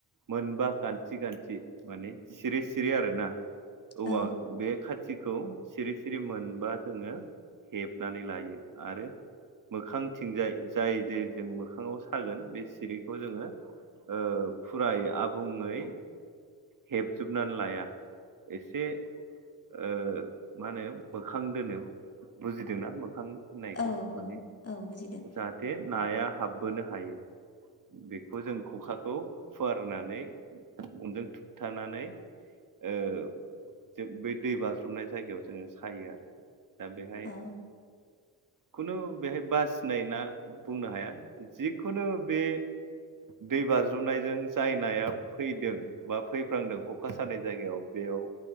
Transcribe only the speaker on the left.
औ
औ
औ औ बुजिदों
औ